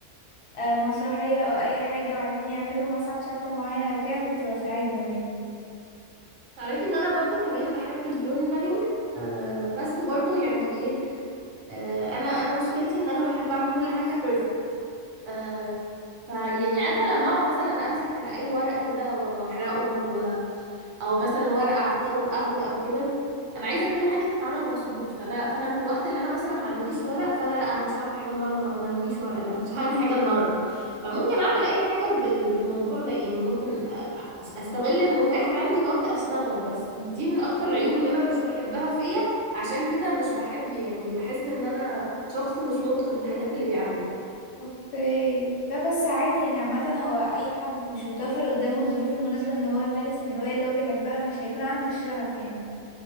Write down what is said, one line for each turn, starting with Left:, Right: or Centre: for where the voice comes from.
Left: آه، مسرحية او اي حاجة وعايزين يعملوا مثلا شكل معين او كده كنت بساعدهم يعني
Right: تعرفي ان انا برضو كمان بحب الجورنالينج آه بس برضو يعني ايه آه، انا انا مشكلتي ان انا بحب اعمل كل حاجه بيرفكت آه فيعني عارفه لما اقعد مثلا امسك اي ورق كده واحرقه او مثلا ورقه على الطاوله وقهوه او كده انا عايزه كل حاجه تتعمل مظبوط فانا فانا في الوقت اللي انا مثلا ما عنديش ورق فانا لا انا مش هعمل حاجه النهارده ما ما عنديش ورق لا مش <laughs> هعمل حاجه النهارده فممكن اعمل اي حاجه بال- بالموضوع ده يعني ممكن أ- أس- استغل المتاح عندي وابدا اشتغل بس دي من اكتر العيوب اللي انا مش بحبها فيا عشان كده مش بحب يعني بحس ان انا شخص مش متقن الحاجات اللي بيعملها
Left: اوكي لا بس عادي يعني عامة هو اي حد مش متوفر قدامه الظروف المناسبة ان هو يمارس الهواية اللي هو بيحبها مش هيكون عنده الشغف يعني